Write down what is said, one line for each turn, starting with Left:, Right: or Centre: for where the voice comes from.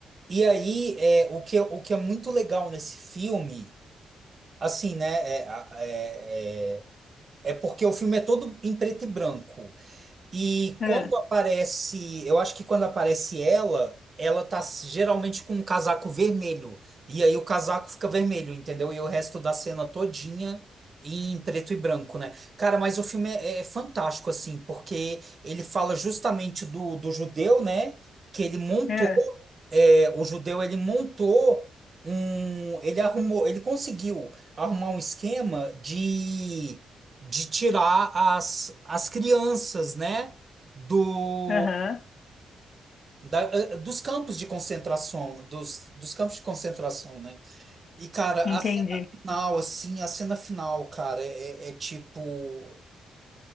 Right: e aí, é, o que, o que é muito legal nesse filme, assim, né? É, é, é é porque o filme é todo em preto e branco. E
Left: É,
Right: quando aparece, eu acho que quando aparece ela, ela tá geralmente com um casaco vermelho. E aí o casaco fica vermelho, entendeu? E o resto da cena todinha em preto e branco, né? Cara, mas o filme é, é fantástico, assim, porque ele fala justamente do, do judeu, né? Que ele montou,
Left: é,
Right: é, o judeu, ele montou um, ele arrumou, ele conseguiu arrumar um esquema de de tirar as, as crianças, né, do
Left: aham,
Right: da- eh, eh, dos campos de concentração, dos, dos campos de concentração, né? E cara,
Left: entendi.
Right: a cena final, assim, a cena final, cara, é, é é tipo